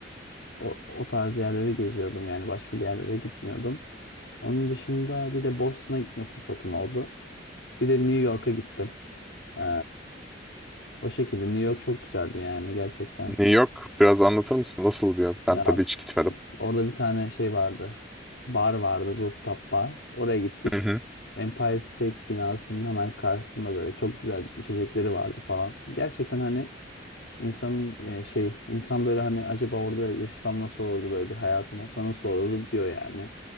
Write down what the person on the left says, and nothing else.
O, o tarz yerleri geziyordum yani başka bir yerlere gitmiyordum. Onun dışında bir de Boston'a gitme fırsatım oldu. Bir de New York'a gittim. Ee, o şekilde New York çok güzeldi yani gerçekten.
Ya
orada bir tane şey vardı. Bar vardı, rooftop bar. Oraya gittik.
Empire State binasının hemen karşısında böyle çok güzel içecekleri vardı falan. Gerçekten hani insanın e, şey insan böyle hani acaba orada yaşasam nasıl olurdu böyle bir hayatım olsa nasıl olurdu diyor yani.